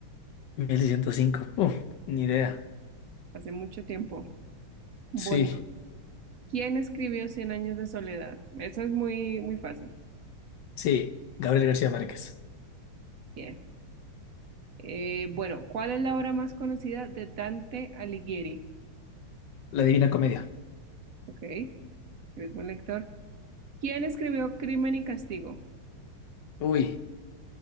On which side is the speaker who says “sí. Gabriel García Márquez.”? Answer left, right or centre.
Left